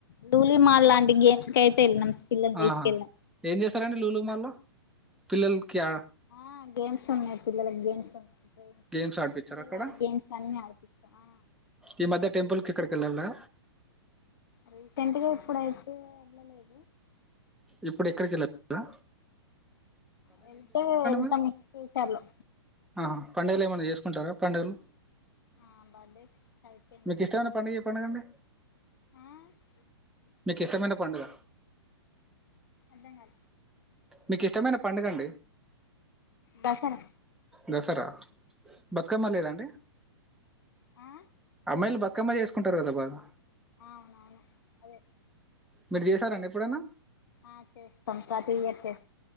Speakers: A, on the left; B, in the centre.
A: లూలు మాల్ లాంటి గేమ్స్ కయితే వెళ్ళినాం పిల్లల్ని తీసుకెళ్ళినాం
B: ఆహా ఏం చేసారండి లూలు మాల్లో పిల్లలకి ఆ
A: ఆ గేమ్స్ ఉన్నాయి పిల్లలకి గేమ్స్ ఉన్నాయి
B: గేమ్స్ ఆడిపించారు
A: పిల్లలు
B: అక్కడ
A: ఆడే గేమ్స్ అన్ని ఆడిపిచ్చాం ఆ
B: ఈ మధ్య టెంపుల్ కి ఎక్కడికి వెళ్ళలా
A: రీసెంట్గా ఇప్పుడైతే వెళ్ళలేదు
B: ఇప్పుడు ఎక్కడికి వెళ్లలేదా
A: వెళ్తే వెళ్తాం
B: మీరు
A: ఫ్యూచర్ లో
B: ఆహా పండుగలు ఏమన్నా చేసుకుంటారా పండుగలు
A: ఆ బర్డేస్కి చనిపోయిందండి
B: మీకు ఇష్టమైన
A: మా అత్తయ్య
B: పండుగ ఏ పండుగ అండి
A: ఆ <unintelligible>
B: మీకు ఇష్టమైన పండుగ
A: అర్థం కాలా
B: మీకు ఇష్టమైన పండుగ అండి
A: దసరా
B: దసరా బతుకమ్మ లేదాండి
A: ఆ
B: అమ్మాయిలు బతుకమ్మ చేసుకుంటారు కదా బాగా
A: అవునవును అదే
B: మీరు చేసార అండి ఎప్పుడన్నా
A: ఆ చేస్తం ప్రతీ ఇయర్ చే